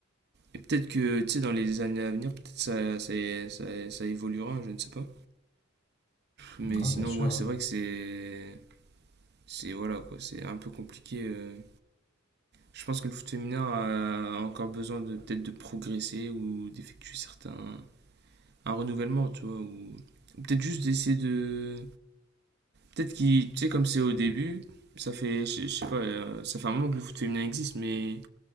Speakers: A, on the right (about 55°); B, on the left (about 35°).
A: Et peut-être que, tu sais, dans les années à venir, peut-être ça, ça, ça, ça évoluera, je ne sais pas. Mais
B: Non,
A: sinon,
B: bien sûr.
A: ouais,
B: hein.
A: c'est vrai que c'est. C'est voilà, quoi, c'est un peu compliqué. euh. Je pense que le foot féminin a encore besoin de peut-être de progresser ou d'effectuer certains. un renouvellement, tu vois, ou. ou peut-être juste d'essayer de. Peut-être qu'il. Tu sais, comme c'est au début, ça fait. Je je sais pas, euh, ça fait un moment que le foot féminin existe, mais